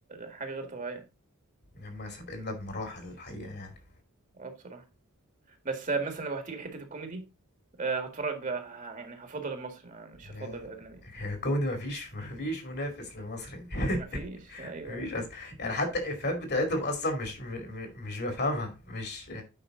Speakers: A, on the right; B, on the left.
A: حاجة غير طبيعية.
B: هما سابقنا بمراحل الحقيقة يعني
A: آه بصراحة. بس مثلًا لو هتيجي لحتة الكوميدي، آآ هاتفرّج ه يعني هافضّل المصري، ما مش هافضّل
B: لا
A: الأجنبي.
B: <laughs> الكوميدي مفيش مفيش منافس لمصري
A: ما فيش،
B: <laughs>
A: أيوه.
B: مفيش أصلا يعني حتى الإفيهات بتاعتهم أصلا مش م... م... مش بفهمها مش